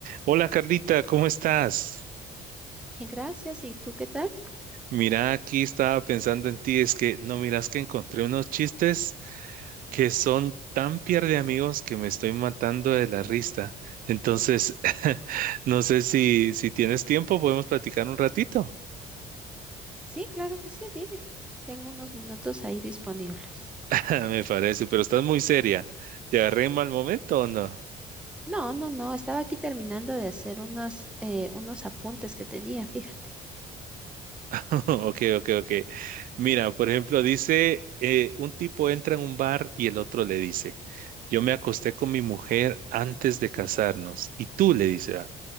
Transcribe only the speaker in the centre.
Bien, gracias. ¿Y tú qué tal?
Sí, claro que sí, dime. Tengo unos minutos ahí disponibles.
No, no, no, estaba aquí terminando de hacer unos, eh, unos apuntes que tenía, fíjate.